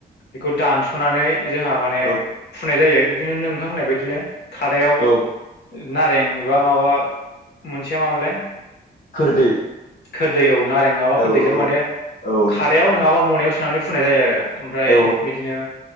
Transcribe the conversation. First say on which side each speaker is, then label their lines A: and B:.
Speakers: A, on the left; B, on the left.
A: बेखौ दानस'नानै जोंहा माने
B: औ
A: फुनाय जायो। बिदिनो नोंथां होननाय बायदिनो खादायाव
B: औ
A: नारेंबा माबा मोनसे मामोनलाय?
B: खोरदै।
A: खोरदै औव नारें नङाबा खोरदैजों
B: औ औ
A: माने
B: औ नोंथां
A: खादायाव नङाबा मनायाव सोनानै फुनाय जायो आरो। ओमफ्राय
B: औ
A: बिदिनो